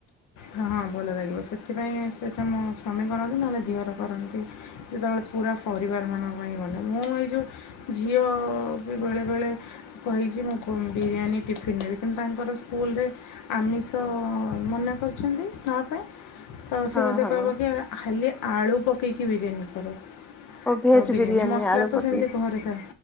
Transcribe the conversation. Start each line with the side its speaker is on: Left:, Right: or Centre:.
Left: ହଁ ହଁ ଭଲ ଲାଗିବ ସେଥିପାଇଁ ସେ କାମ ସ୍ୱାମୀ କରନ୍ତି ନହେଲେ ଦିଅର କରନ୍ତି। ଯେତେବେଳେ ପୁରା ପରିବାରମାନଙ୍କ ପାଇଁ ଗଲା ମୁଁ ଏଇ ଯେଉଁ ଝିଅ ବି ବେଳେବେଳେ କହିଛି ମୁଁ ଫୁ ବିରିୟାନୀ ଟିଫିନ୍ ନେବି କିନ୍ତୁ ତାଙ୍କର ସ୍କୁଲରେ ଆମିଷ ମନା କରିଛନ୍ତି ନଆ ପାଇଁ ତ
Centre: ହଁ
Left: ସେ ମତେ
Centre: ହଁ।
Left: କହିବ କି ଆ ଖାଲି ଆଳୁ ପକେଇକି ବିରିୟାନୀ କର।
Centre: ଓ ଭେଜ
Left: ତ ବିରିୟାନୀ ମସଲା
Centre: ଆଳୁ
Left: ତ
Centre: ପକେଇକି
Left: ସେମିତି ଘରେ ଥାଏ